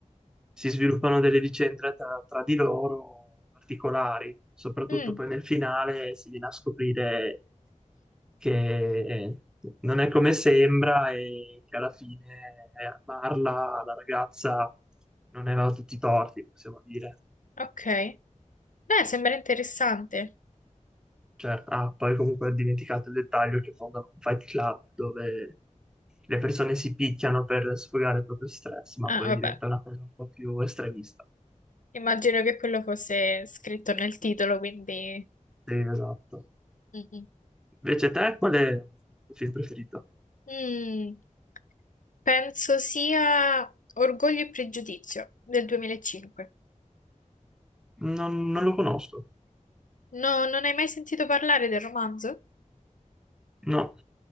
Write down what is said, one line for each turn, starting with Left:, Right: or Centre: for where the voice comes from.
Centre: si sviluppano delle vicende tra, tra di loro particolari. Soprattutto
Left: Mm, mm,
Centre: poi nel finale si viene a scoprire che non è come sembra e che alla fine Marla, la ragazza, non aveva tutti i torti, possiamo dire.
Left: ok. Beh, sembra interessante.
Centre: Certo. Ah, poi comunque ho dimenticato il dettaglio che fondano un fight club dove le persone si picchiano per sfogare il proprio stress, ma
Left: Ah,
Centre: poi
Left: vabbè,
Centre: diventa una cosa un po' più estremista.
Left: immagino che quello fosse scritto nel titolo, quindi...
Centre: Sì, esatto.
Left: Mm, mm.
Centre: Invece te, qual è il tuo film preferito?
Left: Mm, penso sia Orgoglio e Pregiudizio del 2005.
Centre: Non, non lo conosco.
Left: No, non hai mai sentito parlare del romanzo?
Centre: No.